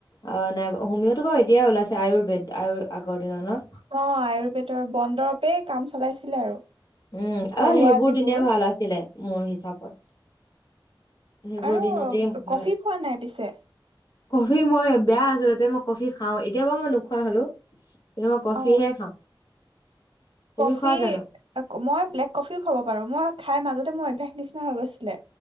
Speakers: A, on the left (about 50°); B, on the right (about 85°).
A: অ' নাই হোম তটো এতিয়াই ওলাইছে আয়ুৰ্বেদ আয় আগৰ দিনৰ নত
B: অ' আয়ুৰ্বেদৰ বনন্দৰৱে কাম চলাইছিলে আৰু।
A: উম।
B: ঘৰুৱা
A: অ' সেইবোৰ
B: যিবোৰ
A: দিনে ভাল আছিলে। মোৰ হিচাপত। সেইবোৰ
B: আৰু
A: দিনতে
B: কফি
A: ভাল আছে।
B: খোৱা নাই পিছে
A: কবি মই বেয়া আছিলো। যে মই কফি খাও। এতিয়া পৰা মই নোখোৱা হ'লো। এটো মই কফিহে
B: অ
A: খাওঁ। তুমি
B: কফি
A: খোৱা জানো
B: মই ব্লেক কফিও খাব পাৰো। মই। খাই মাজতে মোৰ অভ্যাস নিচিনা হৈ গৈছিলে।